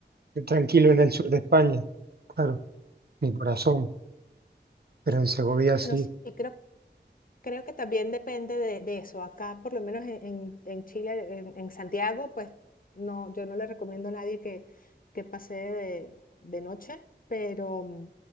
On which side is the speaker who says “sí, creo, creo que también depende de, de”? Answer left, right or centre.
Left